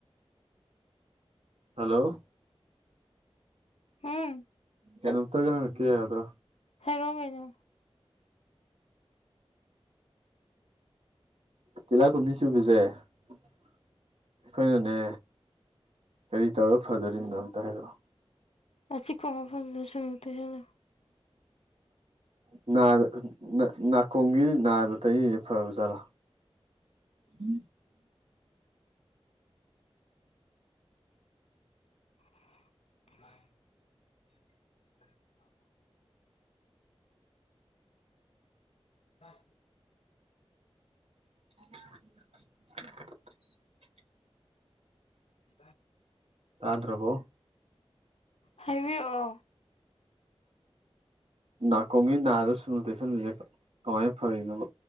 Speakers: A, on the right; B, on the left.
A: ꯍꯜꯂꯣ
B: ꯍꯨꯝ
A: ꯀꯩꯅꯣꯝꯇꯒ ꯍꯪꯂꯛꯀꯦ ꯌꯥꯒꯗ꯭ꯔꯥ
B: ꯍꯥꯏꯔꯣ ꯀꯩꯅꯣ
A: ꯇꯤꯜꯂꯥꯏꯈꯣꯝꯕꯤ ꯆꯨꯕꯖꯦ ꯑꯩꯈꯣꯏꯅꯅꯦ ꯀꯔꯤ ꯇꯧꯔ ꯐꯗꯣꯔꯤꯕꯅꯣ ꯑꯝꯇ ꯍꯥꯏꯔꯛꯑꯣ꯫
B: ꯑꯆꯤꯛꯄ ꯃꯐꯝꯗꯨꯗ ꯁꯨꯅꯨ ꯇꯩꯁꯜꯂꯣ
A: ꯎ <inaudible> ꯅꯥꯗ ꯅꯥ-ꯅꯥꯀꯣꯡꯒꯤ ꯅꯥꯗ ꯇꯩꯔꯤꯖꯦ ꯐꯕ ꯖꯥꯠꯂꯥ ꯍꯤ
B: <inaudible> ꯇꯥꯏ
A: <inaudible>
B: ꯌ
A: ꯇꯥꯗ꯭ꯔꯕꯣ
B: ꯍꯥꯏꯕꯤꯔꯛꯑꯣ
A: ꯅꯥꯀꯣꯡꯒꯤ ꯅꯥꯗ ꯁꯨꯅꯨ ꯇꯩꯁꯟꯕꯖꯦ ꯀ-ꯀꯃꯥꯏꯅ ꯐꯔꯤꯅꯣꯕ꯫